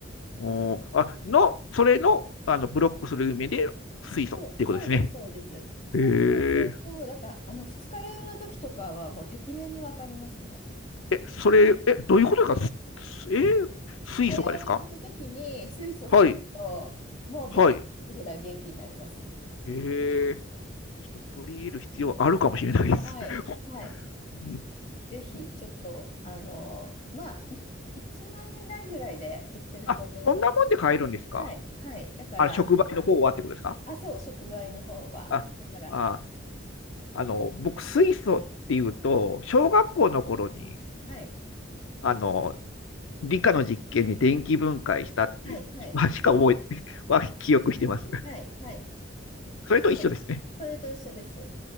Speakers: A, on the left; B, on the left.
A: おー、あ、の、それの、あの、ブロックする意味で水素っていうことですね。
B: そう、そうです、そうです。
A: えー、
B: 活性酸素すると、だから、あの、二日酔いの時とかは、もう、てきめんにわかりますね。
A: え、それ、え、どういうことですかすえー
B: 二日酔いの時に水素吸うと、
A: 水素化ですかはい。
B: もうびっくりするぐらい元気になります。
A: はい。えー、ちょっと取り入れる必要あるかもしれないです。
B: はい。
A: <laughs>
B: はい。
A: うん
B: ぜひ、ちょっと、あの、まあ、い、1万円台ぐらいで売ってると思いますけどね。
A: あ、そんなもんで買えるんですか
B: はい。はい。だから、
A: あ、触媒の方はってことですか
B: あ、そう、触媒の方は。
A: あ、
B: だから、
A: あ、あの、僕、水素っていうと、小学校の頃に、
B: はい。
A: あの、理科の実験に電気分解したっていう、
B: はい。はい。
A: まあしか覚え、<laughs> は記憶してます。
B: はい。はい。
A: それと一緒ですね。
B: そそれと一緒です。